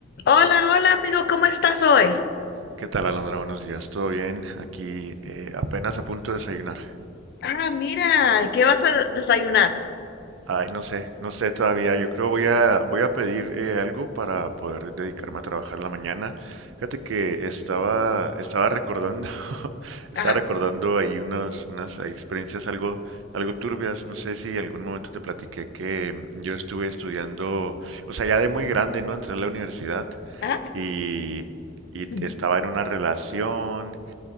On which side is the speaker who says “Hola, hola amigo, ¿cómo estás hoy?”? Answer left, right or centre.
Left